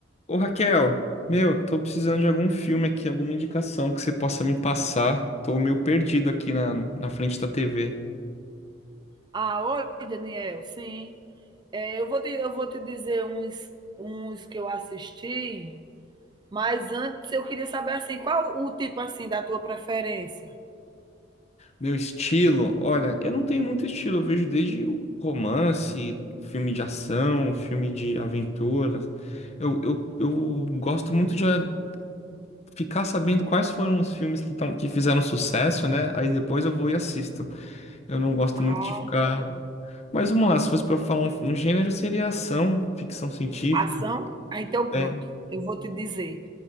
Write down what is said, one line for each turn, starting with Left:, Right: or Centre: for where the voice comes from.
Left: Ô Raquel, meu, tô precisando de algum filme aqui, alguma indicação que você possa me passar. Tô meio perdido aqui na, na frente da TV.
Right: Ah, oi, Daniel, sim. É, eu vou te, eu vou te dizer uns, uns que eu assisti, mas antes eu queria saber assim, qual o tipo assim da tua preferência?
Left: Meu estilo, olha, eu não tenho muito estilo, eu vejo desde o romance, filme de ação, filme de aventura. Eu, eu, eu gosto muito de ah, ficar sabendo quais foram os filmes que, tão, que fizeram sucesso, né? Aí depois eu vou e assisto. Eu não gosto
Right: Ah,
Left: muito de ficar.
Right: tá bom.
Left: Mas vamos lá, se fosse pra eu falar um, um gênero, seria ação, ficção científica.
Right: Ação? Ah, então pronto.
Left: é.
Right: Eu vou te dizer.